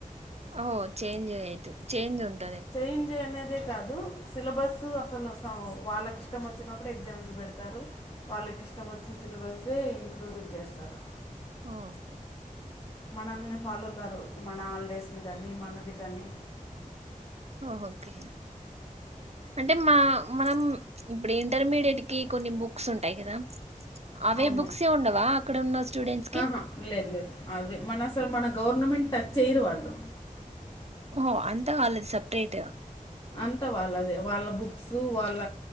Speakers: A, on the right; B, on the left.
A: ఓ చేంజ్ అయి చంజ్ ఉంది
B: చేంజ్ అనేది కాదు సిలబస్ అసలు వాళ్ళకి ఇష్టం వచ్చినప్పుడు ఎగ్జామ్స్ పెడతారు వాళ్ళకి ఇష్టం వచ్చిన సిలబస్సే ఇంక్లూడ్ చేస్తారు
A: ఓకే
B: మనల్ని ఫాలో కారు మన హాలిడేస్ని కానీ మనది కానీ
A: ఓహఓకే అంటే మా మనం ఇప్పుడు ఇంటర్మీడియట్ కి కొన్ని బుక్స్ ఉంటాయి కదా అవే
B: అవును
A: బుక్స్ ఉండవా అక్కడ ఉన్న స్టూడెంట్స్ కి
B: ఆహా లేదు లేదు అవి మన అసలు మన గవర్నమెంట్ టచ్ చేయరు వాళ్ళు
A: ఓ అంతా వాళ్లది సపరేట్
B: అంతా వాళ్ళదే వాళ్ళ బుక్స్ వాళ్ళ